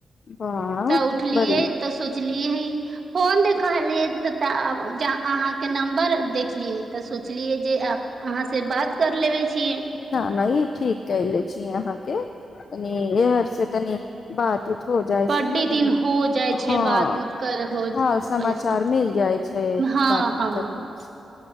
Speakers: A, on the left (about 50°); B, on the right (about 40°).
A: वाह
B: तऽ उठलिय
A: बड़ी
B: तऽ सोचलियै फोन देखलियै तऽ अहाँ के नंबर देखलियै तऽ पुछलियै जे अहाँ से बात कर लेबे छियै
A: न न ई ठीक कले छी अहाँ के कनी इहर से तनि बात हो जाइ छै
B: बड्डे
A: ने तनि
B: दिन हो जाइ
A: हँ
B: छै बात उत कर हो
A: हँ समाचार
B: होइ से
A: मिल जाइ छै
B: हँ
A: बातत
B: हँ
A: कर ले